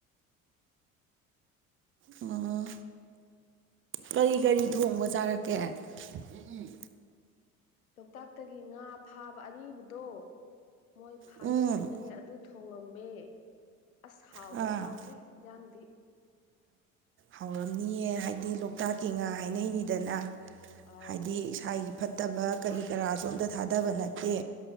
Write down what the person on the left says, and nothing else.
ꯂꯣꯛꯇꯥꯛꯇꯒꯤ ꯉꯥ ꯐꯥꯕ ꯑꯔꯤꯕꯗꯣ ꯃꯣꯏ ꯐꯥꯅꯩꯅꯅꯦ
ꯑꯗꯨ ꯊꯣꯡꯉꯝꯃꯦ ꯑꯁ ꯍꯥꯎꯈ꯭ꯔꯦ
ꯍꯥꯎꯔꯦ ꯌꯦꯟꯖꯥꯡꯗꯤ
ꯑꯥꯎ